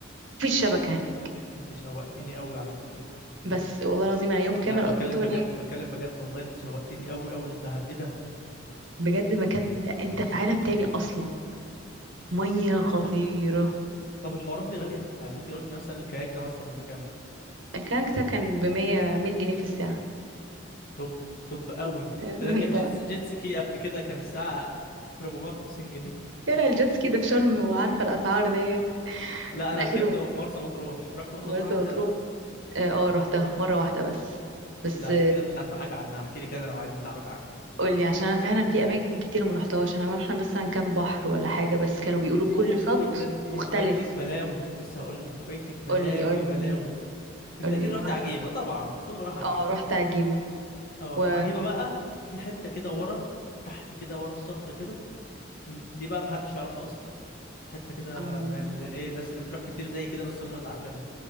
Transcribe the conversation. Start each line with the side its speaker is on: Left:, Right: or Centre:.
Right: مفيش شبكة
Left: انت
Right: هناك
Left: انت شوقتني قوي على فكرة
Right: بس والله العظيم أنا يوم كامل
Left: لا بتكلم
Right: قضيته
Left: بجد
Right: هناك
Left: بتكلم بجد والله انت شوقتني قوي قوي للدهب ايه ده
Right: بجد مكان أنت في عالم تاني أصلا مية خطيرة
Left: طب طب الحوارات دي غالية يعني انت قلتي مثلا الكاياك ده مثلا بكام
Right: الكاك ده كان بمية مية جنيه في الساعة
Left: توب توب قوي ده
Right: <laughs>
Left: انا
Right: انت
Left: ركبت جيت, جيت سكي قبل كده كان الساعة 450 جنيه
Right: يلا الجيتسكي ده في شرم وعارفة الأسعار ديت
Left: لا
Right: من
Left: انا
Right: آخر
Left: ركبت في مرسى مطروح رحت مرسى
Right: مرسى
Left: مطروح قبل
Right: مطروح
Left: كده
Right: اه آه، روحتها مرة واحدة بس بس
Left: لا انت كده مش عارفة حاجة عنها احكي لي كده لو عايزة تعرفي عنها
Right: قولي عشان انا فعلا في اماكن كتير ما رحتهاش انا رحنا مثلا كام بحر ولا حاجه بس كانوا بيقولوا
Left: ايه
Right: كل شط
Left: ده انت فايتك
Right: مختلف
Left: بلاوي لسه هقول لك فايتك بلاوي
Right: قولي قولي
Left: بلاوي انت
Right: قولي
Left: اكيد رحت
Right: ما رحت
Left: عجيبة طبعا كله راح عجيبة
Right: اه رحت عجيبه
Left: اه
Right: و
Left: عجيبة بقى في حتة كده ورا تحت كده ورا الصخر كده م، دي بقى محدش يعرفها اصلا حته كده
Right: أم،
Left: من ال... ايه الناس اللي بتروح كتير زي كده بس هم اللي عارفينها